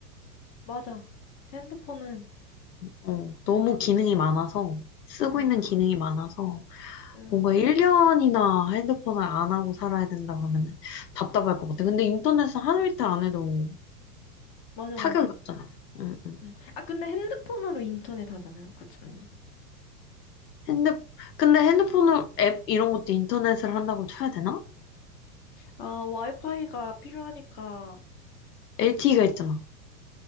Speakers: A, on the left; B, on the left.
A: 맞아. 핸드폰은,
B: 어, 너무 기능이 많아서, 쓰고
A: 맞아.
B: 있는 기능이 많아서,
A: 응,
B: 뭔가 1년이나 핸드폰을 안 하고 살아야 된다 그러면은 답답할 것 같아. 근데 인터넷은 하루 이틀 안 해도
A: 맞아,
B: 타격이
A: 맞아.
B: 없잖아. 응, 응.
A: 응. 아, 근데 핸드폰으로 인터넷 하잖아요. 그치, 언니?
B: 핸드, 근데 핸드폰을, 앱 이런 것도 인터넷을 한다고 쳐야 되나?
A: 아, 와이파이가 필요하니까,
B: LTE가 있잖아.